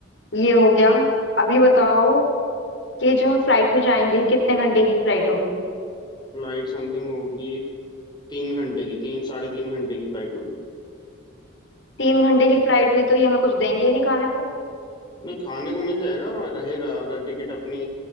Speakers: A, on the left; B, on the left.
A: ये हो गया अभी बताओ कि जो हम फ्लाइट में जाएंगे कितने घंटे की फ्लाइट होगी
B: फ्लाइट समथिंग होगी तीन घंटे की तीन साढ़े तीन घंटे की फ्लाइट होगी
A: तीन घंटे की फ्लाइट में तो ये हमें कुछ देंगे ही नहीं खाने को
B: नहीं खाने को मिल जाएगा और रहेगा अगर टिकट अपनी